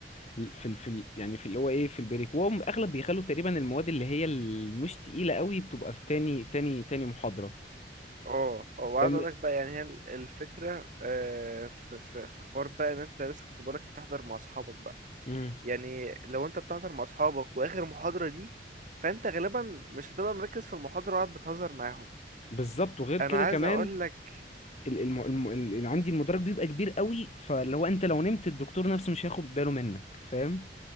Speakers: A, on the left; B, on the right.
A: في ال... في ال... يعني في اللي هو ايه في البريك وهم اغلب بيخلوا تقريبا المواد اللي هي المش تقيله قوي بتبقى في تاني تاني تاني محاضره
B: اه اه وعايز
A: فاهمني
B: اقول لك بقى يعني هي ال- الفكره آه، في في في حوار بقى ان انت لسه كنت بقولك بتحضر مع اصحابك بقى
A: امم
B: يعني لو انت بتحضر مع اصحابك واخر محاضره دي فانت غالبا مش هتبقى مركز في المحاضره وقاعد بتهزر معاهم
A: بالظبط وغير
B: انا
A: كده
B: عايز
A: كمان
B: اقول لك
A: ال- الم... الم... اللي عندي المدرج بيبقى كبير قوي فاللي هو انت لو نمت الدكتور نفسه مش هياخد باله منك فاهم